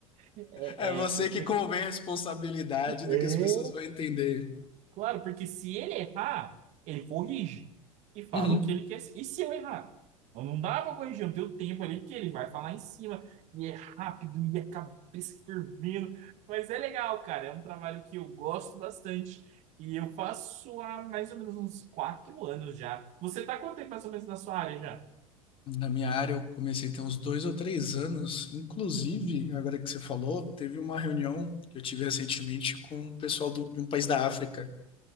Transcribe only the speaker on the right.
<laughs> é,
é complicado
é
Claro, porque se ele errar, ele corrige e fala
o que ele quer. E se eu errar? Eu não dá pra corrigir, eu não tenho tempo ali, porque ele vai falar em cima, e é rápido, e a cabeça fervendo. Mas é legal, cara, é um trabalho que eu gosto bastante. E eu faço há mais ou menos uns quatro anos já. Você tá quanto tempo mais ou menos na sua área já?